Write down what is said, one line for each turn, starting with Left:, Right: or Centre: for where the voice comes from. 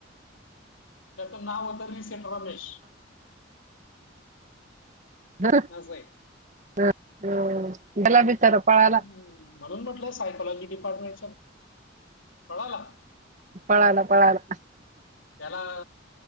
Left: त्याचं नाव होतं रिसेट रमेश.
Right: <unintelligible>
Left: असं हे.
Right: हा हा गेला बीचारा पळा
Left: ह् म्हणून म्हटलंय सायकोलॉजी डिपार्टमेंटच्या पळाला
Right: पळाला पळाला.
Left: त्याला